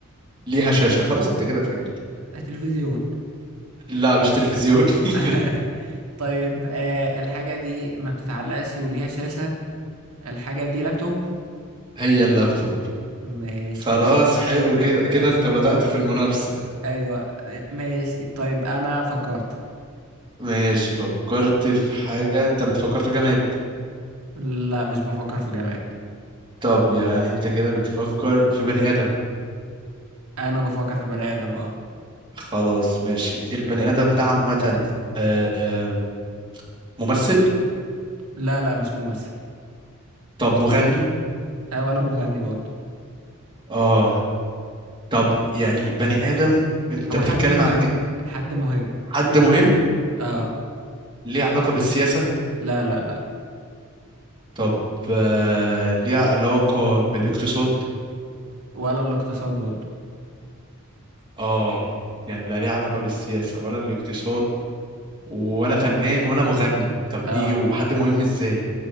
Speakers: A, on the right; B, on the right.
A: ليها شاشة خلاص انت كده فهمت
B: آه، تلفزيون
A: لا مش تلفزيون
B: <laughs>
A: <laughs>
B: طيب آه الحاجة دي ما بتتعلقش وليها شاشة الحاجة دي لابتوب
A: هي اللابتوب
B: ماشي
A: خلاص
B: يا كبير
A: حلو كده
B: ماشي
A: كده انت بدأت في المنافسة
B: أيوة ماشي طيب أنا فكرت
A: ماشي فكرت في حاجة انت بتفكر في جماد
B: لا مش بفكر في جماد
A: طب يعني انت كده بتفكر في بني آدم
B: أنا بفكر في بني آدم اه
A: خلاص ماشي البني آدم ده عامة آه، آه، ممثل
B: لا لا مش ممثل
A: طب مغني
B: آه، ولا مغني برضه
A: اه طب يعني بني آدم انت
B: هو
A: بتتكلم
B: حد مهم
A: على ج-
B: حد مهم
A: حد مهم
B: اه
A: ليه علاقة بالسياسة
B: لا لا لا
A: طب آه، ليه علاقة بالاقتصاد
B: ولا الاقتصاد برضه
A: اه يعني لا ليه علاقة بالسياسة ولا الاقتصاد ولا فنان ولا مغني طب
B: اه
A: ايه وحد مهم ازاي